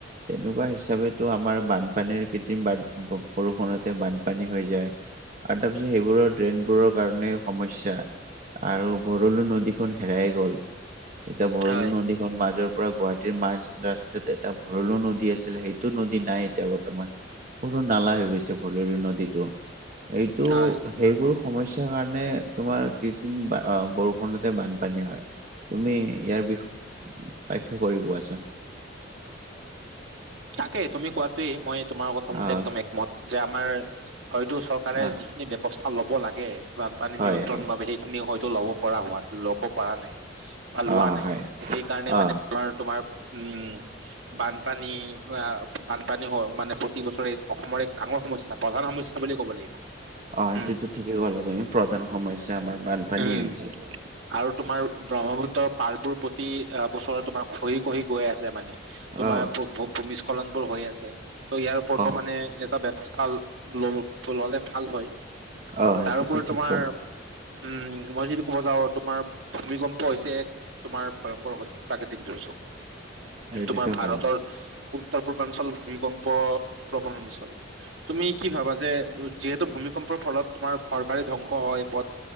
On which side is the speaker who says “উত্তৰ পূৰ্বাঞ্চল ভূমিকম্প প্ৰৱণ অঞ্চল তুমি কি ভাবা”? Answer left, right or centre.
Right